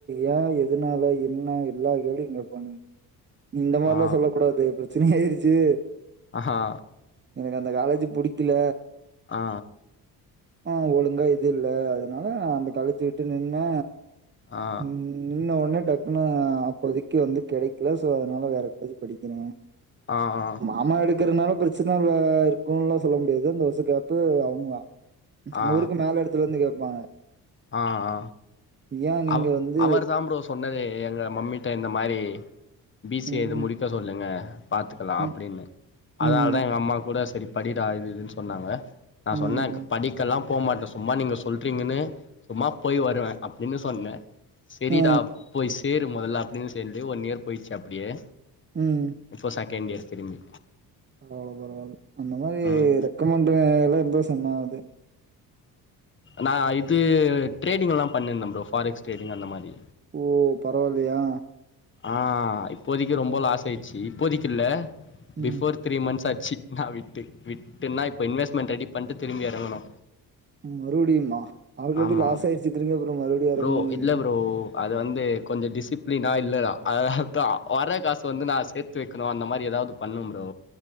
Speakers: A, on the right; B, on the left.
A: ஏ எதுனால என்ன எல்லா கேள்வியு கேப்பானுங்க நீ இந்த மாரிலா
B: ஆ
A: சொல்ல கூடாது பிரச்சனயாயிருச்சு
B: அஹா
A: எனக்கு அந்த காலேஜீ புடிக்கல
B: ஆ
A: ஆஹ் ஒழுங்கா இது இல்ல அதனால அந்த காலேஜுட் ட்டு நின்ன
B: ஆ
A: ம் நின்ன ஒன்னே டக்குன்னு அப்போதைக்கு வந்து கிடைக்கல சோ அதனால வேற காலேஜ்ல படிக்கிற
B: ஆ ஆ
A: அம்மா எடுக்கறதுனால பிரச்சன இருக்கும்லா சொல்ல முடியாது அந்த வருஷ கேப்பு அவுங்ளா
B: ஆ
A: அவருக்கு மேல எடத்துல இருந்து கேப்பாங்க
B: அ அ
A: ஏன் நீங்க
B: அவ
A: வந்து
B: அவர் தா ப்ரோ சொன்னதே எங்க மம்மி கிட்ட இந்த மாரி பி சி
A: ம்
B: ஏ இது முடிக்க சொல்லுங்க பாத்துக்கலா அப்டின்னு
A: ம்
B: அதனாலதா
A: ம்
B: எங்க அம்மா கூட சரி படிடா இது இதுன்னு சொன்னாங்க நா
A: ம்
B: சொன்ன
A: ம்
B: படிக்கெல்லா போமாட்ட சும்மா நீங்க சொல்றீங்கன்னு சும்மா போய் வருவ என்ன சொன்ன செரிடா
A: ஆ
B: போய் சேரு மொதல்ல அப்டின்னு சேந்து ஒன் இயர் போய்ட்ச்சு அப்டியே
A: ம்
B: இப்போ செகண்ட் இயர்ஸ் திரும்பி
A: பரவால்ல பரவால்ல அந்த மாரி
B: ம்
A: ரெக்கமெண்ட் எல்லா இருந்தோ சென்னாது
B: நா இது ட்ரேடிங்ல்லா பண்ணிந்த ப்ரோ ஃபாரெக்ஸ் ட்ரேடிங் அந்த மாரி
A: ஓ பரவால்லையா
B: ஆஹ் இப்போதைக்கு ரொம்ப லாஸ் ஆயிச்சு இப்போதைக்கு இல்ல
A: ம்
B: பிஃபோர் த்ரீ மந்த்ஸ் ஆச்சு நா விட்டு விட்டுன்னா இப்போ இன்வெஸ்ட்மெண்ட் ரெடி பண்ட்டு திரும்பி எறங்கணு
A: மறுடியும்மா ஆல் ரெடி
B: ஆமா
A: லாஸ் ஆயிருச்சு திரும்பி அப்பறோ மறுடியு எறங்கணுங்கீரீங்க
B: ப்ரோ இல்ல ப்ரோ அது வந்து கொஞ்சோ டிசிப்ளினா இல்ல தா அத வர காசு வந்து நா சேத்து வைக்கணு அந்த மாரி எதாது பண்ண ப்ரோ